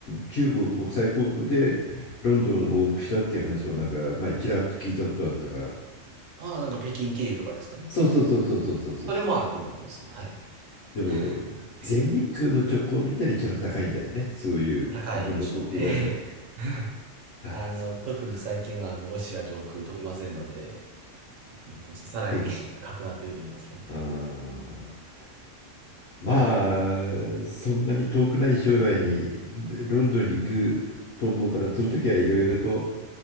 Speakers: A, on the left (about 60°); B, on the right (about 80°).
A: 中国国際航空でロンドンを往復したっていう話をなんか前ちらっと聞いたことあったから。
B: ああ、なんか北京経由とかですかね。
A: そうそうそうそうそうそうそう。
B: それもあると思いますね。はい。
A: でも、
B: <laughs>
A: 全日空の直行便ってのは一番高いんだよね。
B: できると思いま
A: そういう日本の航空会社。
B: す。高いでしょうね。<laughs>
A: ああ、
B: あの、
A: そうかそうか。
B: 特に最近はあのロシア上空飛べませんので、さらに
A: け
B: <laughs> 高くなっていると言いますかね。
A: あーまあ、そんなに遠くない将来にロンドンに行くと思うから、その時はいろいろと